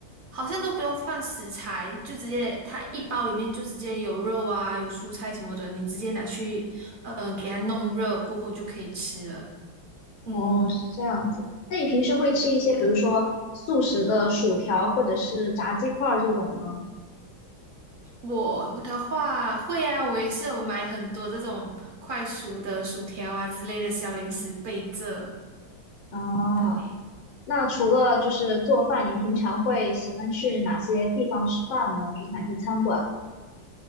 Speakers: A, on the right; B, on the left.
A: 好像都不用放食材，就直接它一包里面就直接有肉啊，有蔬菜什么的，你直接拿去，呃，给它弄热过后就可以吃了。嗯。
B: 哦，是这样子。那你平时会吃一些，比如说速食的薯条或者是炸鸡块儿这种吗？
A: 我的话会啊，我也是有买很多这种快熟的薯条啊之类的小零食备着。
B: 啊。
A: 对，
B: 那除了就是做饭，你平常会喜欢去哪些地方吃饭呢？就是哪些餐馆？